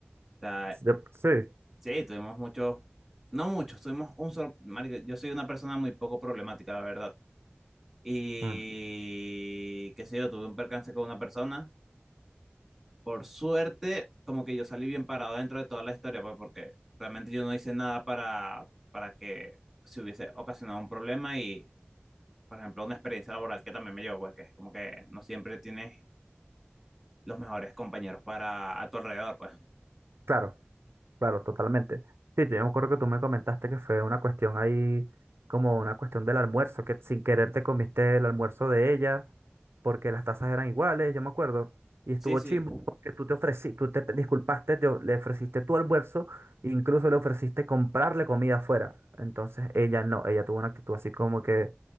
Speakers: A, in the centre; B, on the right.
A: O sea,
B: de- sí,
A: sí, tuvimos muchos, no muchos, tuvimos un solo, marico, yo soy una persona muy poco problemática, la verdad. Y
B: mm,
A: qué sé yo, tuve un percance con una persona. Por suerte, como que yo salí bien parado dentro de toda la historia, pues porque realmente yo no hice nada para, para que se hubiese ocasionado un problema y por ejemplo, una experiencia laboral que también me llevó, pues, que es como que no siempre tienes los mejores compañeros para a tu alrededor, pues.
B: claro. Claro, totalmente. Sí, yo me acuerdo que tú me comentaste que fue una cuestión ahí, como una cuestión del almuerzo, que sin querer te comiste el almuerzo de ella, porque las tazas eran iguales, yo me acuerdo. Y estuvo
A: Sí, sí,
B: chimbo porque tú te ofreciste, tú te disculpaste, te o- le ofreciste tu almuerzo, e incluso le ofreciste comprarle comida afuera. Entonces ella no, ella tuvo una actitud así como que